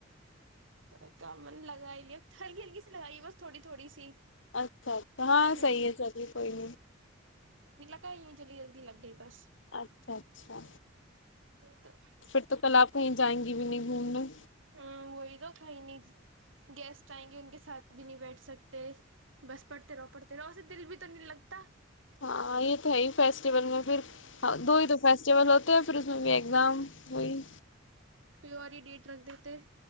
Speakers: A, on the right; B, on the left.
A: ک لگائی لیا ہلکی ہلکی سی لگائیے بس تھوڑی تھوڑی سی
B: اچھا اچھا ہاں
A: ہوں
B: صحیح ہے چلیے کوئی نہیں
A: ہی جلد جلدی لگئی بس
B: اچھا اچھا
A: تو
B: پھر تو کل آپ <unintelligible> کہیں جائیں گی بھی نہیں گھومنے
A: ہ وہی تو کھائی نہیں گیسٹ آئیں گے ان کے ساتھ بھی نہیں بیٹھ سکتے بس پڑتے رو پڑتے <unintelligible> دن سے دل بھی تو نہیں لگتا
B: ہاں یہ تو ہے ہی فیسٹیول میں پھر ہاں دو ہی تو فیسٹیول تو پھر اس میں بھی ایگزام وہئی
A: پیو والی ڈیٹ رکھ دی تھ